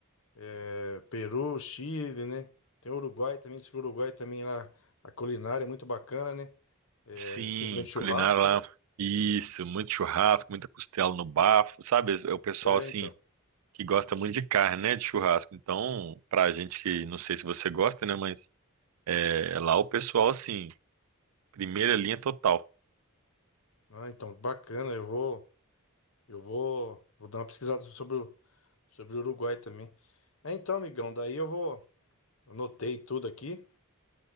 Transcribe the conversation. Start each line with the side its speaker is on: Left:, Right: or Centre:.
Left: é, Peru, Chile, né? Tem o Uruguai também. Diz que o Uruguai também lá, a culinária é muito bacana, né? É,
Right: Sim,
Left: principalmente churrasco,
Right: culinária lá.
Left: né?
Right: Isso, muito churrasco, muita costela no bafo, sabe? É o pessoal
Left: É,
Right: assim
Left: então.
Right: que gosta muito de carne, né? De churrasco. Então, pra gente que não sei se você gosta, né? Mas é, lá o pessoal assim, primeira linha total.
Left: Ah, então, bacana. Eu vou, eu vou, vou dar uma pesquisada sobre o Sobre o Uruguai também. É, então, amigão, daí eu vou. Anotei tudo aqui